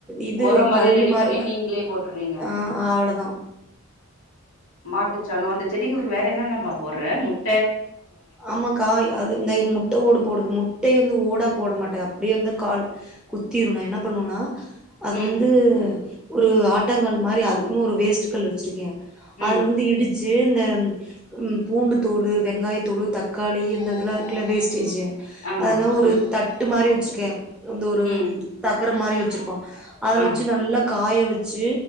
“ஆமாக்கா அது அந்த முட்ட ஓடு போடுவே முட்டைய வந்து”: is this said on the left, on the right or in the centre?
Centre